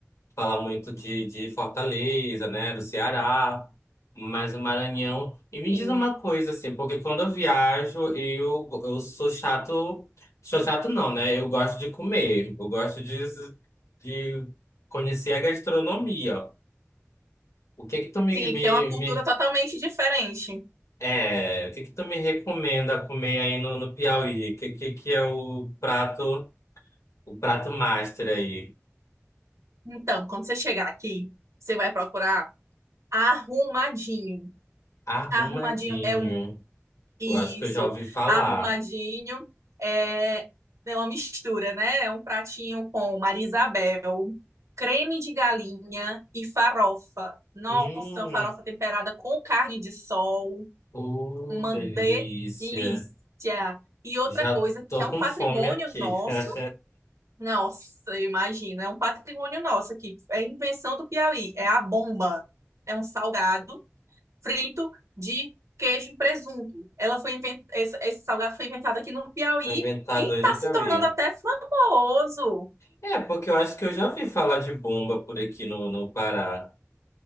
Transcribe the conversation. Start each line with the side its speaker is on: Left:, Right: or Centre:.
Left: fala muito de, de Fortaleza, né, do Ceará, mas o Maranhão. E me
Right: Sim,
Left: diz uma coisa, assim, porque quando eu viajo, eu, eu sou chato, sou chato não, né? Eu gosto de comer, eu gosto de, de conhecer a gastronomia. O que que tu me,
Right: sim,
Left: me,
Right: porque é uma cultura
Left: me-
Right: totalmente diferente.
Left: é, o que que tu me recomenda comer aí no, no Piauí? O que, que que é o prato, o prato master aí?
Right: Então, quando você chegar aqui, você vai procurar arrumadinho.
Left: Arrumadinho.
Right: Arrumadinho é um Isso,
Left: Eu acho que eu já ouvi falar.
Right: arrumadinho. É, é uma mistura, né? É um pratinho com Marisabel, creme de galinha e farofa. Nossa,
Left: Hum,
Right: uma farofa temperada com carne de sol,
Left: oh,
Right: uma
Left: delícia.
Right: delícia. E outra
Left: Já
Right: coisa
Left: tô
Right: que é um
Left: com
Right: patrimônio
Left: fome aqui.
Right: nosso.
Left: <laughs>
Right: Nossa, imagina, é um patrimônio nosso aqui. É invenção do Piauí, é a bomba. É um salgado frito de queijo e presunto. Ela foi invent... esse, esse salgado foi inventado aqui no Piauí
Left: Tô inventado
Right: e
Left: aí
Right: está
Left: no
Right: se
Left: Piauí.
Right: tornando até famoso.
Left: É, porque eu acho que eu já ouvi falar de bomba por aqui no, no Pará.